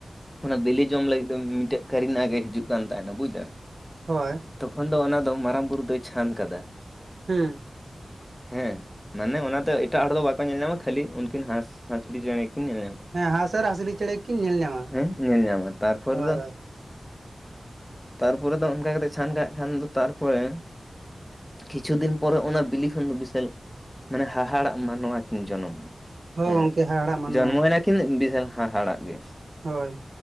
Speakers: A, on the left; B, on the right.
A: ᱚᱱᱟ ᱵᱮᱞᱮ ᱡᱚᱢ ᱞᱟᱹᱜᱤᱫ ᱫᱚ ᱢᱤᱴᱮᱜ ᱠᱟᱹᱨᱤᱱᱟ ᱜᱟᱹᱭ ᱮ ᱦᱤᱡᱩᱜ ᱠᱟᱱ ᱛᱟᱦᱮᱱᱟ ᱵᱩᱡ ᱫᱟ
B: ᱦᱳᱭ ᱾
A: ᱛᱚᱠᱷᱚᱱ ᱫᱚ ᱚᱱᱟ ᱫᱚ ᱢᱟᱨᱟᱝ ᱵᱩᱨᱩ ᱫᱚᱭ ᱪᱷᱟᱱ ᱠᱟᱫᱟ ᱾
B: ᱦᱩ
A: ᱦᱮᱸ ᱢᱟᱱᱮ ᱚᱱᱟᱛᱮ ᱮᱴᱟᱜ ᱦᱚᱲᱫᱚ ᱵᱟᱠᱚ ᱧᱮᱞ ᱧᱟᱢᱟ ᱾ ᱠᱷᱟᱹᱞᱤ ᱩᱱᱠᱤᱱ ᱦᱟᱸᱥᱦᱟᱸᱪᱞᱤ ᱪᱮᱬᱮ ᱠᱤᱱ ᱧᱮᱞᱧᱟᱢᱟ
B: ᱦᱮᱸ ᱦᱟᱸᱥ ᱟᱨ
A: ᱾
B: ᱦᱟᱸᱥᱞᱤ ᱪᱮᱬᱮ ᱠᱤᱱ ᱧᱮᱞ ᱧᱟᱢᱟ
A: ᱦᱮᱸ ᱧᱮᱞ ᱧᱟᱢᱟ ᱛᱟᱨᱯᱚᱨ
B: ᱦᱳᱭ
A: ᱫᱚ
B: ᱦᱳᱭ
A: ᱛᱟᱨᱯᱚᱨᱮ ᱫᱚ ᱚᱱᱠᱟ ᱠᱟᱛᱮᱫ ᱪᱷᱟᱱ ᱠᱟᱜ ᱠᱷᱟᱱ ᱫᱚ ᱛᱟᱨᱯᱚᱨᱮ ᱾ ᱠᱤᱪᱷᱩ ᱫᱤᱱ ᱯᱚᱨᱮ ᱚᱱᱟ ᱵᱤᱞᱤ ᱠᱷᱚᱱ ᱫᱚ ᱵᱤᱥᱟᱞ ᱢᱟᱱᱮ ᱦᱟᱦᱟᱲᱟᱜ ᱢᱟᱱᱚᱣᱟ ᱠᱤᱱ ᱡᱚᱱᱚᱢ ᱾
B: ᱦᱳᱭ
A: ᱢᱟᱱᱮ
B: ᱜᱚᱝᱠᱮ ᱦᱟᱦᱟᱲᱟᱜ ᱢᱟᱱᱢᱟ
A: ᱡᱚᱱᱢᱚᱭᱮᱱᱟ ᱠᱤᱱ ᱵᱤᱥᱟᱞ ᱦᱟᱦᱟᱲᱟᱜ ᱜᱮ ᱾
B: ᱦᱳᱭ ᱾